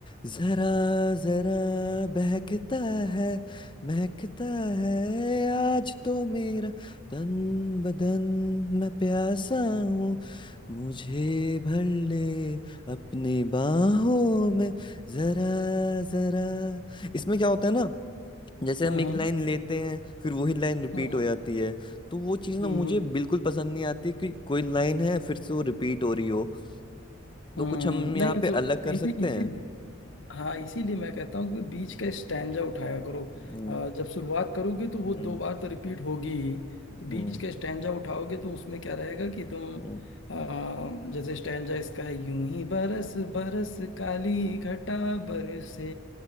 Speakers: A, on the left; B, on the left.
A: जरा जरा बहकता है महकता है आज तो मेरा तन बदन मैं प्यासा हूँ मुझे भर ले अपनी बाहों में जरा जरा इसमें क्या होता है ना जैसे
B: हम्म
A: हम एक
B: हम्म,
A: लाइन लेते हैं फिर वही लाइन रिपीट
B: हम्म।
A: हो जाती है तो वो चीज़ ना
B: हम्म
A: मुझे बिल्कुल पसंद नहीं आती कि कोई लाइन है फिर से वो रिपीट हो रही हो तो
B: हम्म
A: कुछ हम यहाँ
B: नहीं
A: पे
B: तो
A: अलग कर
B: इसी
A: सकते
B: इसी
A: हैं
B: हाँ इसीलिए मैं कहता हूँ कि बीच का स्टैंजा उठाया करो
A: हम्म
B: अ, जब शुरुआत करोगे तो वो
A: हम्म
B: दो बार तो रिपीट होगी ही तो बीच
A: हम्म
B: का स्टैंजा उठाओगे तो उसमें क्या रहेगा कि तुम
A: हम्म
B: अ, जैसे स्टैंजा इसका है यूं ही बरस बरस काली घटा बरसे